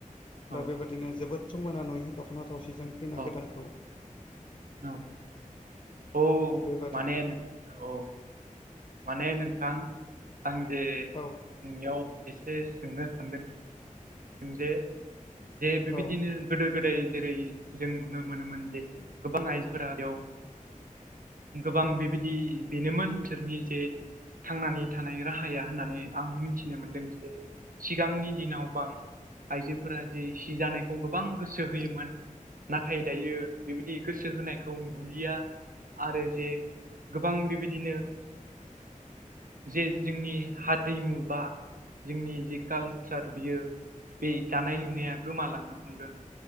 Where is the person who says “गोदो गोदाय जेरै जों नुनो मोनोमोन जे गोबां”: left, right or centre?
Right